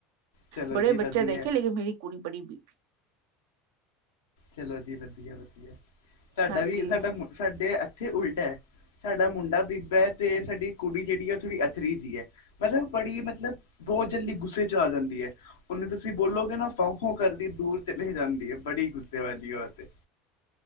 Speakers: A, on the left; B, on the right.
A: ਚਲੋ
B: ਬੜੇ
A: ਜੀ ਵਧੀਆ
B: ਬੱਚੇ ਦੇਖੇ
A: ਹੈ।
B: ਲੇਕਿਨ ਮੇਰੀ ਕੁੜੀ ਬੜੀ ਬੀਬੀ
A: ਚਲੋ ਜੀ ਵਧੀਆ ਵਧੀਆ, ਸਾਡਾ
B: ਹਾਂਜੀ
A: ਵੀ ਸਾਡਾ ਸਾਡੇ ਇੱਥੇ ਉਲਟਾ ਹੈ। ਸਾਡਾ ਮੁੰਡਾ ਬੀਬਾ ਹੈ, ਤੇ ਸਾਡੀ ਕੁੜੀ ਜਿਹੜੀ ਹੈ ਉਹ ਥੋੜ੍ਹੀ ਅਥਰੀ ਦੀ ਹੈ, ਮਤਲਬ ਬੜੀ ਮਤਲਬ ਬਹੁਤ ਜਲਦੀ ਗੁੱਸੇ ਚ ਆ ਜਾਂਦੀ ਹੈ। ਉਹਨੂੰ ਤੁਸੀਂ ਬੋਲੋਗੇ ਨਾ, ਫੌ ਫੋਂ ਕਰਦੀ ਦੂਰ ਚਲੇ ਜਾਂਦੀ ਹੈ ਬੜੀ ਗੁੱਸੇ ਵਾਲੀ ਐ ਔ ਤੇ।